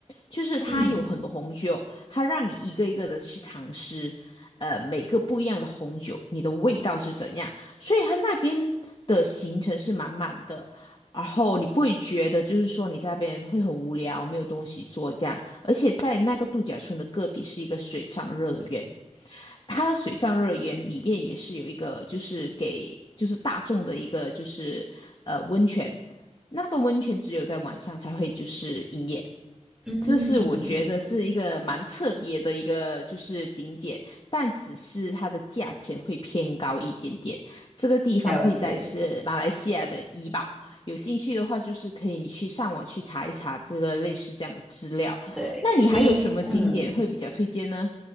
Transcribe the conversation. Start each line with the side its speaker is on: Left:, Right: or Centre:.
Left: 就是它有很多红酒，
Centre: 嗯
Left: 它让你一个一个的去尝试，呃，每个不一样的红酒，你的味道是怎样。所以它那边的行程是满满的，然后你不会觉得就是说你在那边会很无聊，没有东西做这样。而且在那个度假村的隔壁是一个水上乐园，它的水上乐园里面也是有一个，就是给就是大众的一个就是呃温泉，那个温泉只有在晚上才会就是营业，
Centre: 嗯，
Left: 这是我觉得是一个蛮特别的一个就是景点，但只是它的价钱会偏高一点点。这个地方会在是马来西亚的怡保，
Centre: 了解。
Left: 有兴趣的话就是可以你去上网去查一查这个类似这样的资料。
Centre: 对你，
Left: 那你还有什么景点会比较推荐呢？
Centre: 嗯，